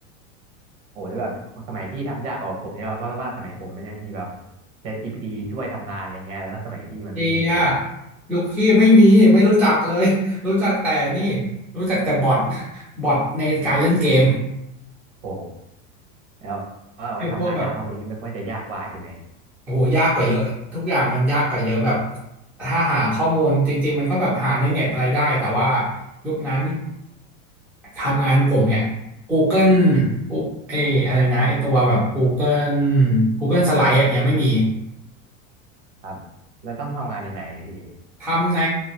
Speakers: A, on the right; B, in the centre.
A: โอ้แล้วแบบสมัยพี่ทำยากกว่าผมใช่ป่ะเพราะว่าสมัยผมมันยังมีแบบ ChatGPT ช่วยทำงานอะไรเงี้ยแล้วสมัยพี่มันไม่มีเลย
B: เดียยุคพี่ไม่มีไม่รู้จักเลยรู้จักแต่นี่
A: โอ้
B: รู้จักแต่บอทบอทในการเล่นเกม
A: โหแล้วว่าว่าทำงานหาข้อมูลอย่างนี้มันก็จะยากกว่าใช่ไหม
B: ไอ้พวกแบบ โอ้โหยากกว่าเยอะทุกอย่างมันยากกว่าเยอะแบบถ้าหาข้อมูลจริงๆมันก็แบบหาในเน็ตอะไรได้แต่ว่ายุคนั้นทำงานกลุ่มเนี่ย Google กูเอยอะไรนะไอตัวแบบ Google Google Slide อะยังไม่มี
A: ครับแล้วต้องทำงานในไหนพี่
B: ทำใน